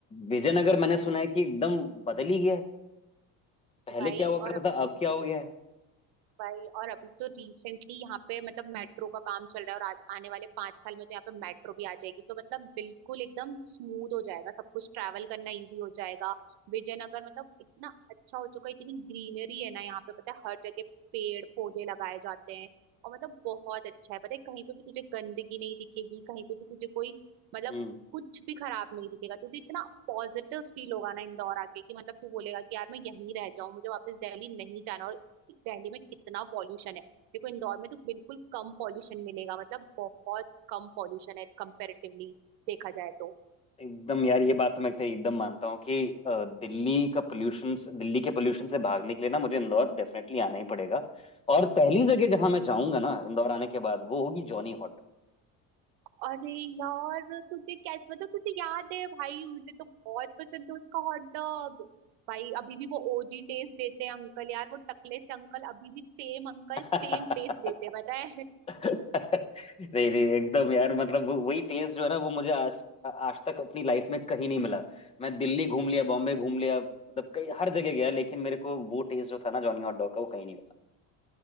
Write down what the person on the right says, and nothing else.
भाई
और
अभी
तो
भाई और अभी तो रिसेंटली यहाँ पे मतलब मेट्रो का काम चल रहा है और आ, आने वाले पांच साल में तो यहाँ पे मेट्रो भी आ जाएगी तो मतलब बिल्कुल एकदम स्मूथ हो जाएगा सब कुछ ट्रैवल करना इजी हो जाएगा विजयनगर मतलब इतना अच्छा हो चुका है इतनी ग्रीनरी है ना यहाँ पे पता है हर जगह पेड़ पौधे लगाए जाते हैं और मतलब बहुत अच्छा है पता है कहीं पे भी तुझे गंदगी नहीं दिखेगी कहीं पे भी तुझे कोई मतलब
कुछ भी खराब नहीं दिखेगा तुझे इतना पॉजिटिव फील होगा ना इंदौर आके कि मतलब तू बोलेगा कि यार मैं यहीं रह जाऊं मुझे वापस दिल्ली नहीं जाना और कि दिल्ली में कितना पॉल्यूशन है देखो इंदौर में तो बिल्कुल कम पॉल्यूशन मिलेगा मतलब बहुत कम पॉल्यूशन है कंपेरेटिवली देखा जाए तो
अरे यार तुझे क्या मतलब तुझे याद है भाई मुझे तो बहुत पसंद है उसका हॉट डॉग भाई अभी भी वो ओजी टेस्ट देते हैं अंकल यार वो टकले से अंकल अभी भी सेम अंकल
सेम टेस्ट देते हैं पता है <laughs>